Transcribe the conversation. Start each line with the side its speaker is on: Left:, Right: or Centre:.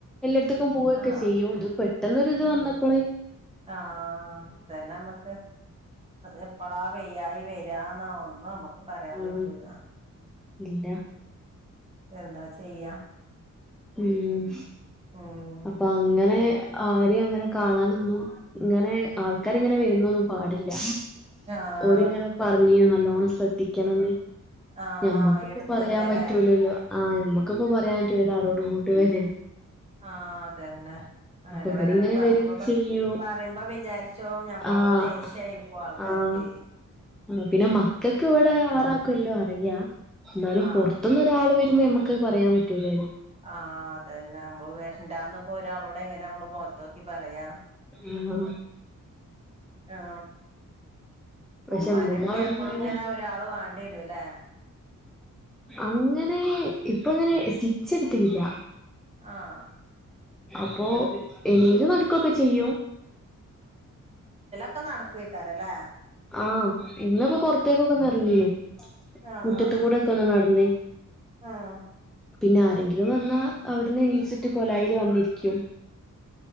Centre: എല്ലായിടത്തേക്കും പൂവൊക്കെ
Right: ആഹ്
Centre: ചെയ്യും അയ്യോ ഇത് പെട്ടെന്നൊരു ഇത് വന്നപ്പോളേ
Right: ആഹ അതന്നെ നമ്മുക്ക് എപ്പളാ വ്യായി വ ന്നാ ഒന്നും നമ്മുക്ക് പറയാൻ
Centre: ആഹ്
Right: പറ്റൂല
Centre: ഇല്ല
Right: എന്താ ചെയ്യാം
Centre: ഉം
Right: ഉം
Centre: അപ്പൊ അങ്ങനെ ആരും അങ്ങനെ കാണാനൊന്നും ഇങ്ങനെ ആൾക്കാരി ഇങ്ങനെ വരുന്നൊന്നും പാടില്ല
Right: ആഹ്
Centre: ഓരിങ്ങനെ പറഞ്ഞേ നല്ലോണ്ണം ശ്രദ്ധിക്കണന്ന്.
Right: ആഹ്
Centre: ഞമ്മക്കിപ്പൊ
Right: ആഹ് എടുത്തക്കല്ലേ
Centre: പറയാൻ പറ്റൂലല്ലോ ആ ഞമ്മക്കിപ്പപ്പോ പറയാൻ പറ്റൂലോ ആരോട് ഇങ്ങോട്ട് വര
Right: ആഹ അതന്നെ അങ്ങനെ
Centre: അപ്പൊ ഇവരിങ്ങനെ
Right: വരാനും നമുക്ക്
Centre: വരും ചെയ്യും
Right: പറയുമ്പോ വിചാരിച്ചോ ഞമ്മളോട്
Centre: ആഹ്
Right: ദേഷ്യായിരിക്കും ആൾക്കാരക്ക്
Centre: ആഹ് ആ പിന്നെ മക്കൾക്ക് ഇവിടെ ആറാക്കുമല്ലോ അറിയ എന്നാലും
Right: ആഹ്
Centre: പുറത്തന്ന് ഒരാൾ ഇ നമുക്ക് പറയാൻ പറ്റൂല്ലന്ന്
Right: ആഹ അത തന്നെ നമ്മള് വരണ്ടാന്നപ്പോ ഒരാളോട് എങ്ങനെ നമ്മള് മുഖത്തോക്കി പറയാം
Centre: ആഹ
Right: ആ
Centre: പക്ഷെ
Right: ഉമ്മാന്റെ
Centre: ഉമ്മമ്മ
Right: അടുത്ത്
Centre: അവിടുന്ന്
Right: എപ്പോഴും
Centre: അങ്ങനെ
Right: ഇങ്ങനെ ഒരാൾ വാണ്ട വരൂല്ല
Centre: അങ്ങനെ ഇപ്പ അങ്ങനെ സ്റ്റിച്ച് എടുത്തിട്ടില്ല
Right: ആഹ
Centre: അപ്പൊ എണിറ്റു നടക്കൊക്കെ ചെയ്യൂ
Right: ഒക്കെ നടക്കുവയക്കാറല്ലേ
Centre: ആഹ ഇന്നിപ്പോ പുറത്തേക്കൊക്കെ ഇറങ്ങീനു
Right: ആഹ്
Centre: മുറ്റത്ത്
Right: ആഹ്
Centre: കൂടൊക്കെ ഒന്നാ നടന്നേ
Right: ആഹ്
Centre: പിന്നെ ആരെങ്കിലും വന്നാ അവിടുന്ന് എനീച്ചിട്ട് കോലായിൽ വന്നിരിക്കും